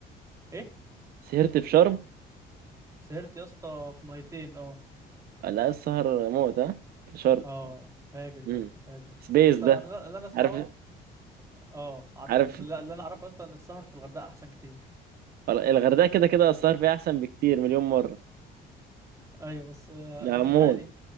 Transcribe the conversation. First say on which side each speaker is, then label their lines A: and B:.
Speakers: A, on the right; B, on the right.
A: ايه
B: سهرت في شرم؟
A: سهرت يا اسطى في ميتين اه
B: لا السهر موت ها في شرم
A: اه فاجر يا
B: امم
A: اسطى فاجر
B: سبيس
A: بس
B: ده
A: انا اللي اللي انا اسمعه
B: عارف
A: اه عارفه
B: عارف
A: بس اللي اللي انا اعرفه يا اسطى ان السهر في الغردقه احسن كتير
B: الغردقة كده كده السهر فيها أحسن بكتير مليون مرة
A: ايوه بس آه،
B: العمود
A: ومش غالي
B: مم.